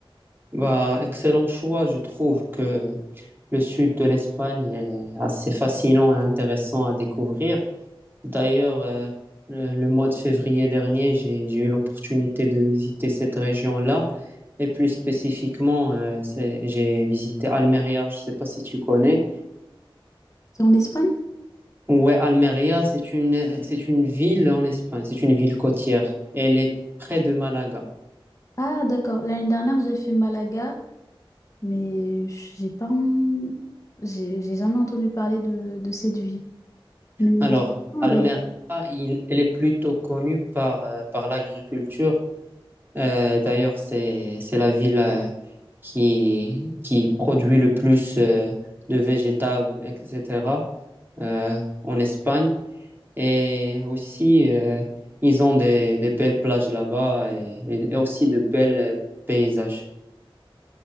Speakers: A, on the right (about 25°); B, on the left (about 35°).
A: Bah, excellent choix. Je trouve que le sud de l'Espagne est assez fascinant et intéressant à découvrir. D'ailleurs, euh, le, le mois de février dernier, j'ai, j'ai eu l'opportunité de visiter cette région-là. Et plus spécifiquement, euh, c'est- j'ai visité Almeria. Je ne sais pas si tu connais.
B: C'est en Espagne?
A: Ouais, Almeria, c'est une, c'est une ville en Espagne. C'est une ville côtière. Elle est près de Malaga.
B: Ah, d'accord. L'année dernière, j'ai fait Malaga mais j'ai pas, en- j'ai j'ai jamais entendu parler de, de cette ville. Mais
A: Alors, Almeria,
B: euh,
A: il- elle est plutôt connue par, euh, par l'agriculture Euh, d'ailleurs, c'est, c'est la ville euh, qui, qui produit le plus euh, de végétables, etc., euh, en Espagne. Et aussi, euh, ils ont des, des belles plages là-bas et, et- et aussi de belles euh, paysages.